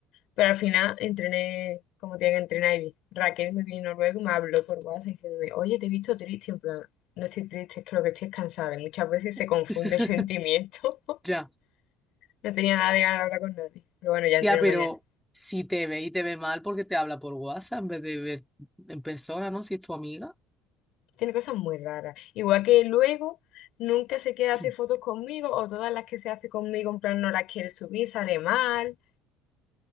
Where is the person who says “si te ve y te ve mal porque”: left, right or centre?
Centre